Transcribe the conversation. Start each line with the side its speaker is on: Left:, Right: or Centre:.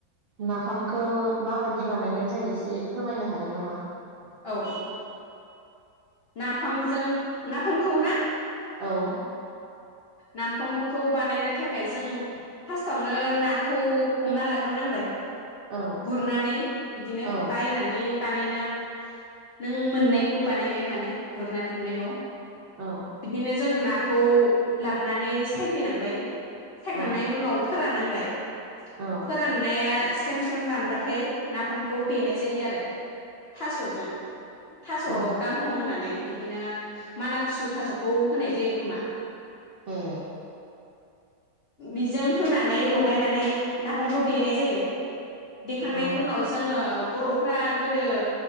Right: नाफामखौ माबायदि बानायनाय जायो एसे फोरमायनो हागोन नामा
Left: औ नाफामजों नाफामखौ ना
Right: औ
Left: नामफमखौ बानायनो थाखाय जों फार्स्टावनो नाखौ हमना लाग्रोनांबाय
Right: औ
Left: गुरनानै बिदिनो
Right: औ
Left: बायनानै बानायना नों मोननायखौ बानायो माने गुरनानै मोननायखौ
Right: औ
Left: बिदिनो जों नाखौ लाबनानै सायफैनांबाय सायखांनायनि
Right: औ
Left: उनाव फोराननांबाय
Right: औ
Left: फोराननाया स्रम स्रेम रानबाथाय नाफामखौ देनाय जायो आरो थासजों थास
Right: औ
Left: गांखं होनानै बिदिनो माना खुसु थासखौ होनाय जायो खोमा
Right: ए
Left: बेजों होनानै लगायनानै नाफामखौ देनाय जायो। देखांनायनि
Right: औ
Left: उनाव जोङो बर'फोरा गोदो